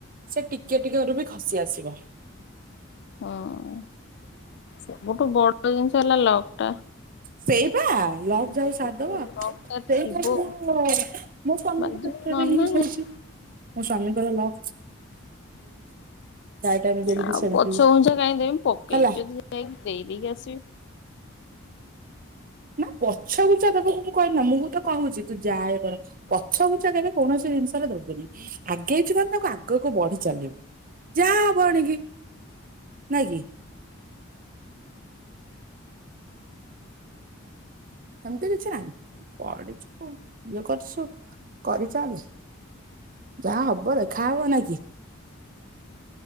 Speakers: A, on the right; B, on the left.
A: ସେ ଟିକେ ଟିକେ ବାଟରୁ ବି ଖସି ଆସିବ। ଥିବ,
B: ହଁ ସବୁଠୁ ବଡ଼୍ <unintelligible> ଜିନସ ହେଲା ଲକ୍। ଟା।
A: ସେଇଟା ଲକ୍
B: ଯଦି
A: ଯାହାକୁ ସାଥ୍
B: ମୋର
A: ଦବ
B: ଲକ୍
A: ସେଇଟା
B: ଟା ଥିବ
A: ମୁଁମୋ ମୋ ସ୍ୱମୀଙ୍କ
B: ବାଜିବ
A: କ୍ଷେତ୍ରରେ
B: ନହେଲେ ନାହିଁ
A: ଇଏ କରିଛି। ମୋ ସ୍ୱାମୀଙ୍କର ଲକ୍ ସ୍ ଟାଇମ ଯେମିତି
B: ଆଉ
A: ସେମିତି
B: ପଛ ଘୁଞ୍ଚା କାହିଁକ ଦେବି ପକେଇଛି
A: ହେଲା
B: ଯଦି ଯାଇକ ଦେଇଦେଇକି ଆସିବି।
A: ନା ପଛଗୁଞ୍ଚା ଦବାକୁ ମୁଁ କହିନି ମୁଁ ତ କହୁଛି ତୁ ଯା ଏକା ପଛଗୁଞ୍ଚା କେବେ କୌଣସି ଜିନିଷରେ ଦବୁନି ଆଗେଇଛୁ ମାନେ ତାକୁ ଆଗକୁ ବଢି ଚାଲିବୁ ଯାହା ହବ ଏଣିକି ନାଇଁକି ସେମତି କିଛି ନାହିଁ ତୁ ପଢି଼ଛୁ ଇଏ କରିଛୁ କରିଚାଲେ ଯାହା ହବ ଦେଖାହବ ନାଇଁକି।